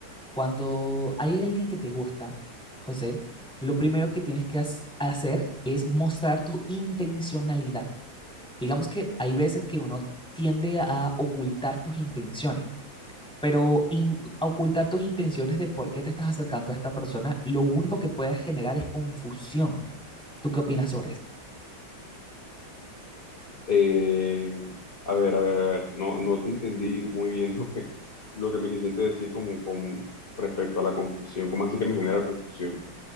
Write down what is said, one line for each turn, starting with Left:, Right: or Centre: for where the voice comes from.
Centre: cuando hay alguien que te gusta, José, lo primero que tienes que has- hacer es mostrar tu intencionalidad. Digamos que hay veces que uno tiende a ocultar tus intenciones, pero in- ocultar tus intenciones de por qué te estás acercando a esta persona, lo único que puede generar es confusión. ¿Tú qué opinas sobre esto?
Left: Eh, a ver, a ver, a ver, no, no te entendí muy bien <laughs> lo que, lo que me quisiste decir como con respecto a la confusión. ¿Cómo así que me genera confusión?